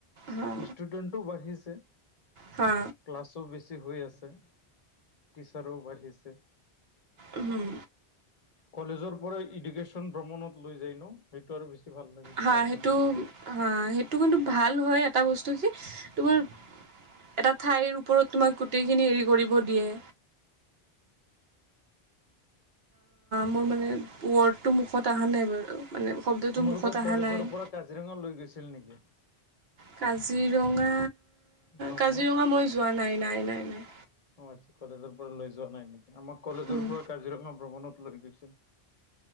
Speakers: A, on the right (about 70°); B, on the left (about 40°).
A: হা
B: ষ্টুডেণ্টো বাঢ়িছে।
A: হা
B: ক্লাছো বেছি হৈ আছে টিচাৰো বাঢ়িছে।
A: উম,
B: কলেজৰ পৰাই এডুকেশ্যন ভ্ৰমণত লৈ যায় ন সেইটো আৰু ভাল লাগে ডিপাৰ্টমেন্ট
A: হা সেইটো
B: ৱাইজ।
A: হা সেইটো কিন্তু ভাল হয় এটা বস্তু কি তোমাৰ। এটা ঠাইৰ ওপৰত তোমাক গোটেইখিনি হেৰি কৰিব দিয়ে। মোৰ মানে ৱৰ্ডটো মুখত অহা নাই বাৰু মানে শব্দটো
B: তোমালোকক
A: মুখত অহা
B: কলেজৰ
A: নাই।
B: পৰা কাজিৰঙা লৈ গৈছিল নেকি।
A: কাজিৰঙা
B: ভ্ৰমণত?
A: কাজিৰঙা মই যোৱা নাই নাই নাই নাই।
B: অ আচ্ছা কলেজৰ পৰা লৈ যোৱা নাই নেকি আমাক কলেজৰ
A: উম
B: পৰা কাজিৰঙা ভ্ৰমণত লৈ গৈছিল।